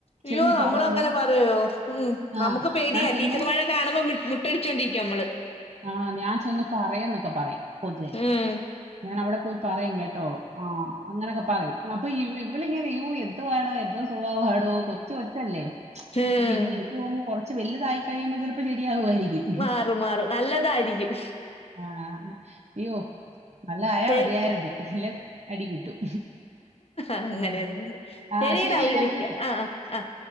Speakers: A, on the left (about 50°); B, on the right (about 60°).
A: അയ്യോ
B: ചെന്ന്
A: നമ്മള്
B: പറയും
A: അങ്ങനെ
B: ഞാൻ
A: പറയോ ഉം
B: ആ
A: നമുക്ക് പേടിയാ
B: ഞാൻ ചെന്ന്
A: ടീച്ചർമാരെ കാണുമ്പോ മുട്ടടിച്ചോണ്ടിരിക്കും നമ്മള്
B: ആഹ് ഞാൻ ചെന്ന് പറയന്നൊക്കെ പറയും കൊച്ചേ
A: ഉം
B: ഞാൻ അവിടെ പോയി പറയും കേട്ടോ ആഹ് അങ്ങനെയൊക്കെ പറയും അപ്പൊ ഇ ഇവളിങ്ങനെ യ്യോ എന്തുവാടോ എന്തോ സ്വഭാവാടോ കൊച്ചു കൊച്ചല്ലേ
A: ഉം
B: അപ്പൊ പിന്നെ എനിക്ക് തോന്നുന്നു കൊറച്ച് വലുതായി കഴിയുമ്പോ ചിലപ്പോ ശരിയാകുയിരിക്കും
A: മാറും മാറും നല്ലതായിരിക്കും
B: ആഹ് അയ്യോ നല്ല ആയാ
A: ശരി
B: മതിയായിരുന്ന് ഇല്ലെ അടി കിട്ടും
A: അങ്ങനെയൊന്നുല്ല
B: ഉം. ആ
A: ശെരിടാ
B: ശരി
A: വിളിക്ക
B: ഞാൻ വിളിക്കാം
A: ആഹ് ആഹ്